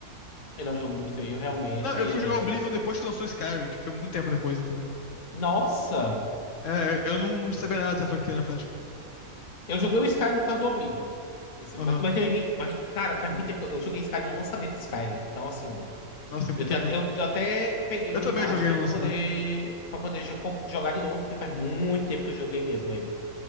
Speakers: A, on the left; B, on the left.
A: Ele é um jogo muito feio, realmente.
B: Não, eu fui
A: É...
B: jogar Oblivion depois que lançou Skyrim. Tipo, foi muito tempo depois, entendeu?
A: Nossa!
B: É, eu não, não sabia nada dessa franquia na prática.
A: Eu joguei o Skyrim por causa do Oblivion. Isso,
B: Aham.
A: mas, mas, teve- mas, cara, faz muito tempo. que Eu eu joguei Skyrim no lançamento do Skyrim. Então, assim.
B: Nossa, tem muita
A: Eu, tenho,
B: mesmo.
A: eu, eu até peguei
B: Eu
A: o remaster
B: também joguei no
A: pra
B: lançamento.
A: poder, pra poder jo- com- jogar de novo, porque faz muito tempo que eu joguei mesmo ele.